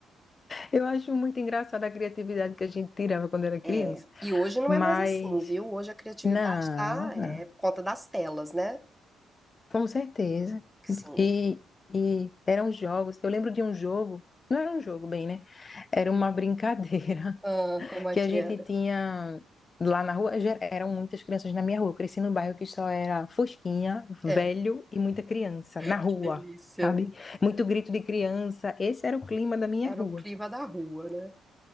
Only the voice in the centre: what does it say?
É. E hoje não
é mais assim, viu? Hoje a criatividade
tá,
é, por conta das telas, né?
Sim.
Ah, como é
que
era?
É,
<laughs>
que delícia.
Era
o clima da rua, né?